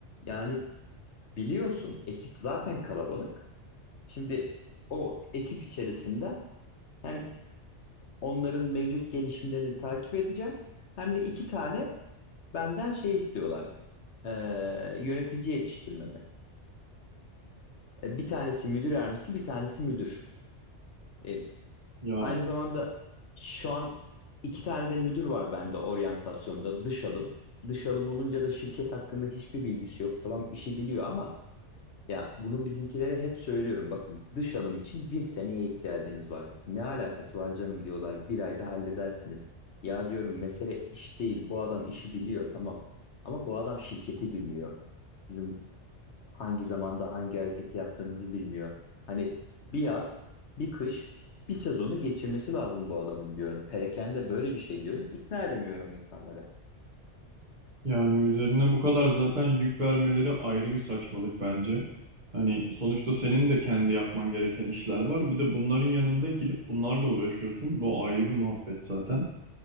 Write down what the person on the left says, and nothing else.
Yani biliyorsun ekip zaten kalabalık. Şimdi o ekip içerisinde hem onların mevcut gelişimlerini takip edeceğim hem de iki tane benden şey istiyorlar. Ee, yönetici yetiştirmemi. E, bir tanesi müdür yardımcısı, bir tanesi müdür. E,
aynı zamanda şu an iki tane de müdür var bende oryantasyonda dış alım. Dış alım olunca da şirket hakkında hiçbir bilgisi yok. Tamam işi biliyor ama Ya bunu bizimkilere hep söylüyorum. Bakın dış alım için bir seneye ihtiyacınız var. Ne alakası var canım diyorlar. Bir ayda halledersiniz. Ya diyorum mesele iş değil. Bu adam işi biliyor tamam. Ama bu adam şirketi bilmiyor. Sizin hangi zamanda hangi hareketi yaptığınızı bilmiyor. Hani bir yaz, bir kış, bir sezonu geçirmesi lazım bu adamın diyorum. Perakende böyle bir şey diyorum. İkna edemiyorum insanları.